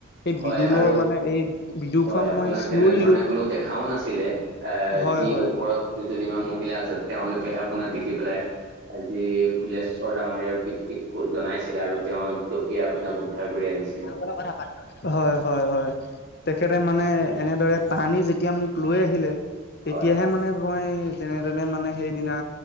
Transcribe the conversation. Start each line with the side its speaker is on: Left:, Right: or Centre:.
Left: এই
Right: হয়
Left: বিদুলৰ
Right: আৰু
Left: মানে এই বিদু
Right: হয়
Left: খং
Right: আপোনাক
Left: মই চিঞৰিলো
Right: তেনেধৰণে কোনো দেখাও নাছিলে। এ
Left: হয়,
Right: যি
Left: হয়,
Right: ওপৰত দুজনীমান মহিলা আছে, তেওঁলোকেহে আপোনাক দেখি পেলাই। আজি ভুলেশ্বৰ ডাঙৰীয়াৰ পৃতিক জনাইছিল আৰু তেওঁ জপিয়ে আপোনাক উদ্ধাৰ কৰি আনিছিল।
Left: হ তই কথা পাত। হয় হয় হয়, তেখেতে মানে এনেদৰে টানি যেতিয়া মোক লৈ আহিলে। তেতিয়াহে
Right: হয়
Left: মানে মই যেনে তেনে মানে সেইদিনা